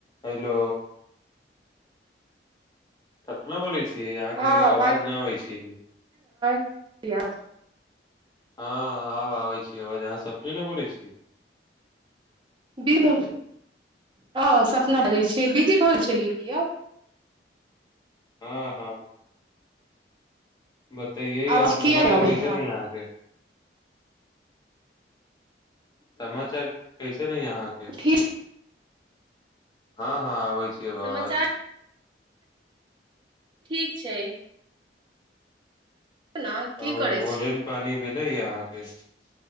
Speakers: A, on the left; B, on the right.
A: hello Sapna बोैल छी कि यहाँके
B: हँ
A: आवाज न आबै छै
B: टियाबु
A: हँ आब आबै छी आवाज अहाँ सपने ने बोलै छी
B: ब भ हँ सपना बजै छियै बिदी भऽ गेल छलियै कि यौ
A: हँ हँ बतायह
B: आवाज
A: आओर समाचार
B: किया नहि अबै
A: कैसे
B: है
A: न अहाँके समाचार ठीक अछि अहाँके
B: ठीक
A: हँ हँ आबै अब आवाज
B: समाचार ठीक छै ना की
A: आओर
B: करै
A: भोजन
B: छियै
A: पानी भेलैय अहाँके